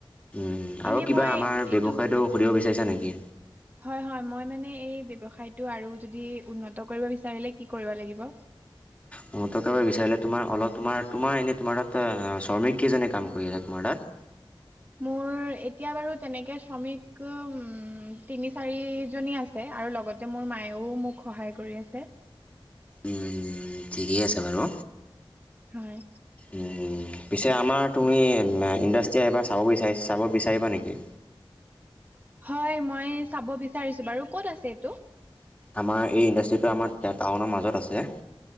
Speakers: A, on the left; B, on the right.
A: উম,
B: এনে
A: আৰু কিবা
B: মই
A: আমাৰ
B: এইটো
A: ব্যৱসায়টো সুধিব বিচাৰিছা নেকি?
B: হয়, হয়, মই মানে এই ব্যৱসায়টো আৰু যদি উন্নত কৰিব বিচাৰিলে কি কৰিব লাগিব?
A: মই থকাৰ চাৰিলে তোমাৰ অলপ তোমাৰ তোমাৰ এনেই তোমাৰ তাত শ্ৰমিক কেইজনে কাম কৰি আছে তোমাৰ তাত?
B: <inaudible> মোৰ এতিয়া বাৰু তেনেকে শ্ৰমিক উ-উম, তিনি চাৰি জনী আছে আৰু ল লগতে মোৰ মায়েও মোক সহায় কৰি আছে।
A: উম, ঠিকেই আছে বাৰু,
B: হয়
A: উম। পিছে আমাৰ তুমি ইণ্ডাষ্ট্ৰিয়ীয়ে এবাৰ চাব বিচাৰি-চাব বিচাৰিবা নেকি?
B: হয় মই চাব বিচাৰিছো বাৰু, ক'ত আছে এইটো?
A: আমাৰ এই ইণ্ডাষ্ট্ৰিটো আমাৰ টাউনৰ মাজত আছে।